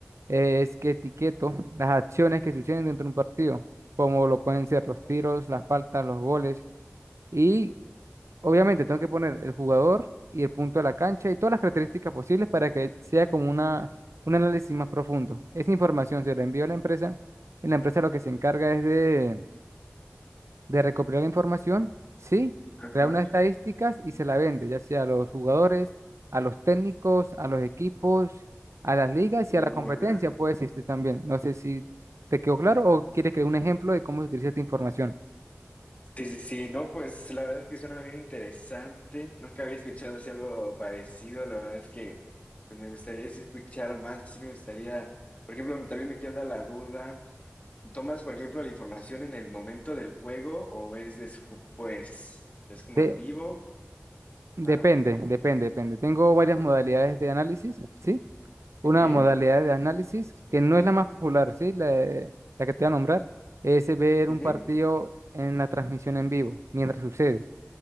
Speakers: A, on the right; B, on the left.
A: eh, es que etiqueto las acciones que suceden dentro de un partido, como lo pueden ser los tiros,
B: Ajá.
A: las faltas, los goles. Y Obviamente, tengo que poner el jugador y el punto de la cancha y todas las características posibles para que sea como una, un análisis más profundo. Esa información se la envío a la empresa y la empresa lo que se encarga es de, de recopilar la información, sí,
B: Ajá,
A: crear unas estadísticas y se la vende, ya sea a los jugadores, a los técnicos, a los equipos, a las ligas
B: uh,
A: y a la competencia,
B: ajá.
A: puede existir también. No sé si te quedó claro o quieres que dé un ejemplo de cómo se utiliza esta información.
B: Sí, sí, sí, no, pues la verdad es que suena bien interesante. Nunca había escuchado así algo parecido. La verdad es que pues, me gustaría sí escuchar más. Sí, me gustaría, por ejemplo, también me queda la duda. ¿Tomas, por ejemplo, la información en el momento del juego o es después? Es como
A: De
B: en vivo.
A: Depende,
B: Ajá,
A: depende, depende. Tengo varias modalidades de análisis, ¿sí? Una
B: ok.
A: modalidad de análisis que no es la más popular, ¿sí? La, de- la que te voy a nombrar es ver
B: ujú.
A: un partido en la transmisión en vivo, mientras sucede.